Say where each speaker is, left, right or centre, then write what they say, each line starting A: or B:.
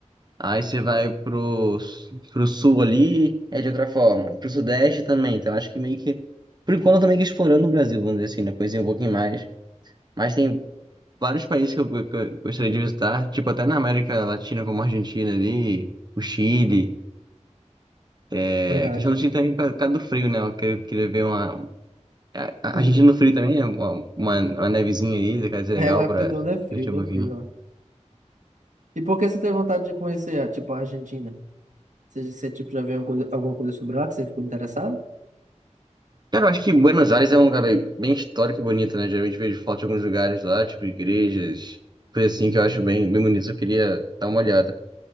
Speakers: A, on the right; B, on the right.
A: Aí você vai pro, su- pro sul ali, é de outra forma. Pro sudeste também. Então acho que meio que. Por enquanto eu tô meio que explorando o Brasil, vamos dizer assim, né? Conheci um pouquinho mais. Mas tem vários países que eu, que eu gostaria de visitar, tipo até na América Latina, como a Argentina ali, o Chile. É,
B: Verdade.
A: a questão do Chile
B: <laughs>
A: também por causa do frio, né? Eu queria, queria ver uma. A a
B: Uhum.
A: Argentina no frio também, né? Uma, uma, uma nevezinha ali, deve ser legal
B: É, uma época
A: pra
B: do
A: se
B: ano é frio,
A: divertir
B: bem
A: um pouquinho.
B: frio, ó. E por que você tem vontade de conhecer, ah, tipo, a Argentina? Você, você tipo, já viu alguma coisa, alguma coisa sobre ela que você ficou interessado?
A: Cara, eu acho que Buenos Aires é um lugar bem, bem histórico e bonito, né? Geralmente vejo foto de alguns lugares lá, tipo igrejas, coisa assim que eu acho bem, bem bonito. Eu queria dar uma olhada.